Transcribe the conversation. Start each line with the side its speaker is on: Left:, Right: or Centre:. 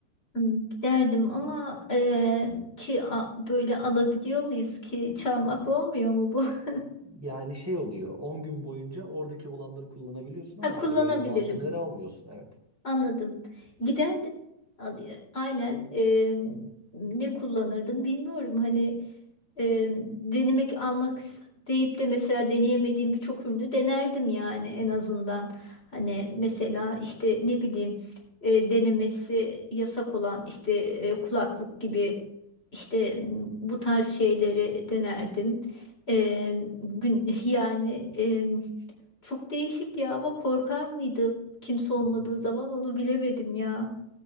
Left: Hmm, Giderdim ama eee, çi- a- böyle alabiliyor muyuz ki? Çalmak olmuyor mu bu? <laughs>
Centre: Yani şey oluyor 10 gün boyunca oradaki olanları kullanabiliyorsun
Left: Ha
Centre: ama
Left: kullanabilirim.
Centre: hani böyle malzemeleri almıyorsun evet.
Left: Anladım. Giderdim. Al- e, Aynen. eee, ne kullanırdım bilmiyorum. Hani eee, denemek almak is- deyip de mesela deneyemediğim birçok ürünü denerdim yani en azından. Hani mesela işte ne bileyim eee, denemesi yasak olan işte eee, kulaklık gibi işte m, bu tarz şeyleri denerdim. Eee, gün <laughs> yani eee, çok değişik ya ama korkar mıydım? Kimse olmadığı
Centre: <laughs>
Left: zaman onu bilemedim ya.